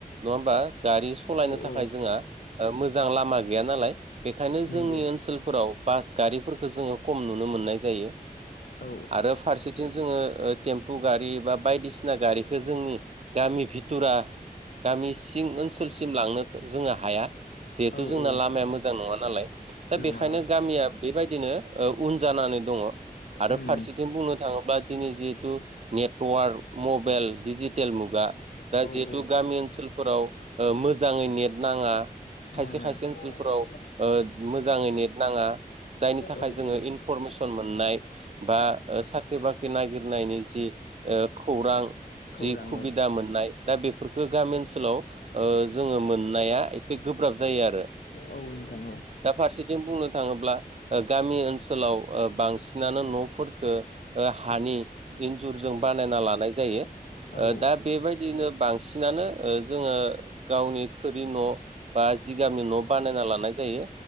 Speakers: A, on the right; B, on the left.
A: नङा हबा गारि सालायनो
B: औ
A: थाखाय
B: औ
A: जोंहा मोजां लामा गैया नालाय बेखायनो
B: नंगौ
A: जोंनि ओनसोलफोराव बास गारिफोरखौ जोङो खम नुनो मोननाय जायो
B: औ
A: आरो फारसेथिं जोङो टेम्पु गारि बा बायदिसिना गारिखौ जोंनि गामि बिथरा गामि सिं ओनसोलसिम लांनो जोंङो हाया जिहेथु
B: औ
A: जोंना
B: औ
A: लामाया मोजां नङा नालाय दा
B: नङा
A: बेखायनो
B: औ
A: गामिया बेबायदिनो उन जानानै दङ आरो
B: उम
A: फारसेथिं बुंनो थाङोब्ला जिहेतु नेटवर्क मबाइल डिजिटेल मुगा दा
B: औ
A: जिहेतु
B: औ
A: गामि ओनसोलफोराव मोजाङै नेट नाङा
B: नाङा
A: खायसे खायसे ओनसोलफोराव
B: उम
A: मोजाङै नेट नाङा जायनि थाखाय
B: औ
A: जोङो
B: औ
A: इनफर्ट कमिसन मोननाय बा साख्रि बाख्रि नागिरनायनि जि खौरां
B: खौरां
A: जि सुबिदा
B: औ
A: मोननाय दा बेफोरफोरखौ गामि ओनसोलाव जोङो मोननाया एसे गोब्राब जायो आरो
B: औ नोंथां
A: दा फारसेथिं बुंनो नो थाङोब्ला गामि ओनसोलाव बांसिनानो न'फोरखौ हानि जों बानायना लानाय जायो
B: औ
A: दा बेबायदियैनो बांसिनानो जोङो गावनि थोरि न' बा जिगाबनि न बानायना लानाय जायो